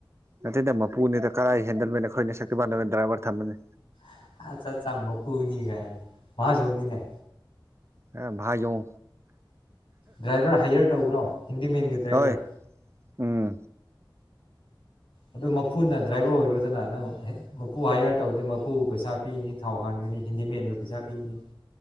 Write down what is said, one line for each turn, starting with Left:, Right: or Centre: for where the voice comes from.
Right: ꯅꯠꯇꯦꯗ ꯃꯄꯨꯅꯤꯗ ꯀꯔꯥꯏ ꯍꯦꯟꯗꯜꯃꯦꯟ ꯑꯩꯈꯣꯏꯅ ꯁꯛꯇꯤ ꯃꯥꯟꯅꯕ ꯗ꯭ꯔꯥꯏꯕꯔ ꯊꯝꯕꯅꯤ
Left: <unintelligible> <unintelligible> <unintelligible> ꯃꯍꯥꯖꯣꯟꯅꯤꯅꯦ
Right: ꯑ ꯥꯏꯖꯧ
Left: ꯗ꯭ꯔꯥꯏꯚꯔ ꯍꯥꯏꯌꯔ ꯇꯧꯕ꯭ꯔꯣ ꯍꯤꯟꯗꯤꯃꯦꯟꯒꯤ ꯗ꯭ꯔꯥꯏꯚꯔ
Right: ꯍꯣꯏ ꯎꯝ
Left: ꯑꯗꯨ ꯃꯄꯨꯅ ꯗ꯭ꯔꯥꯏꯚꯔ ꯑꯣꯏꯔꯣꯗꯅ ꯅꯪ ꯃꯄꯨ ꯍꯥꯏꯌꯔ ꯇꯧꯔꯗꯤꯦ ꯃꯄꯨ ꯄꯩꯁꯥ ꯄꯤꯅꯤ ꯊꯥꯎ ꯍꯥꯟꯒꯅꯤ ꯍꯦꯟꯗꯤꯃꯦꯟꯗꯨ ꯄꯖꯥꯕꯤꯅꯤ